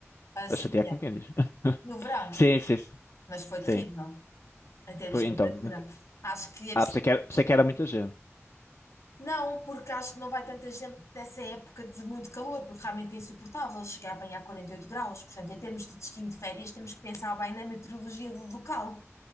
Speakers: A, on the left; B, on the left.
A: a Sevilha,
B: a chatear como quem diz. <laughs>
A: no verão,
B: Sim, sim, sim.
A: mas foi
B: sim.
A: terrível em termos
B: Por-
A: de
B: então,
A: temperatura.
B: muito...
A: Acho que é
B: ah, pensei que era, pensei que era muita gente.
A: Não, porque acho que não vai tanta gente dessa época de muito calor, porque realmente é insuportável chegar a apanhar quarenta e oito graus. Portanto, em termos de destino de férias, temos que pensar bem na meteorologia do local.